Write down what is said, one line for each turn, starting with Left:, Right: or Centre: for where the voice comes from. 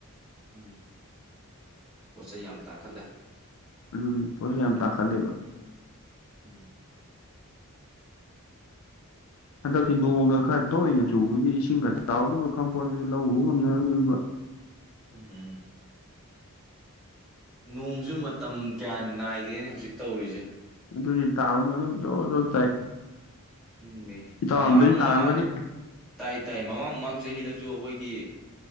Centre: ꯎꯝ ꯄꯣꯠꯆꯩ ꯌꯥꯝ ꯇꯥꯡꯈꯠꯂꯦ
Left: ꯎꯝ ꯄꯣꯠ ꯆꯩ ꯌꯥꯝ ꯇꯥꯡꯈꯠꯂꯦꯕ
Centre: <unintelligible>
Left: ꯍꯟꯗꯛꯁꯤ ꯅꯣꯡꯗ ꯈꯔ ꯇꯣꯛꯏꯅ ꯆꯨꯕꯗꯤ ꯏꯁꯤꯡꯒ ꯆꯥꯎꯗꯧꯕ ꯈꯪꯄꯣꯁꯤꯗ ꯂꯧ ꯎꯕ ꯉꯝꯃꯣꯢꯗꯧꯔꯤꯕ
Centre: ꯎꯝ ꯅꯣꯡꯖꯨ ꯃꯇꯝ ꯀꯌꯥ ꯅꯥꯏꯗꯦꯅ‌ꯦ ꯍꯧꯖꯤꯛ ꯇꯧꯔꯤꯁꯦ꯫
Left: ꯑꯗꯨꯅꯤ ꯇꯥꯕ ꯑꯗꯨꯝ ꯖꯣꯔ ꯖꯣꯔ ꯇꯥꯏ
Centre: ꯑꯗꯨꯅꯦ
Left: ꯏꯇꯥꯎꯔꯣꯝꯗꯁꯨ
Centre: ꯃꯃꯥꯡ
Left: ꯇꯥꯔꯝꯒꯅꯤ
Centre: ꯃꯃꯥꯡ ꯇꯥꯏ ꯇꯥꯏ ꯃꯃꯥꯡ ꯃꯃꯥꯡ ꯆꯍꯤꯗꯁꯨ ꯑꯩꯈꯣꯏꯒꯤ